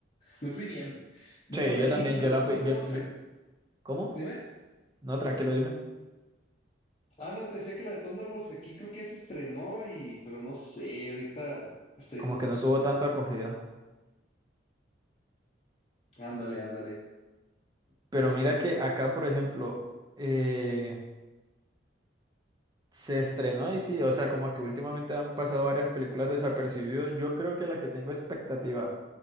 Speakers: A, on the left; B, on the right.
A: me fui bien. Luego
B: sí,
A: de
B: yo
A: ahí,
B: también,
A: la
B: yo
A: de
B: la
A: Thunderbolts,
B: fui. Yo, yo- ¿cómo?
A: dime.
B: No, tranquilo, dime.
A: Ah, no, te decía que la de Thunderbolts aquí creo que ya se estrenó y, pero no sé, ahorita estoy
B: Como
A: dudoso.
B: que no tuvo tanta acogida.
A: Ándale, ándale.
B: Pero mira que acá, por ejemplo, eh, se estrenó y sí, o sea, como que últimamente han pasado varias películas desapercibidas. Yo creo que la que tengo expectativa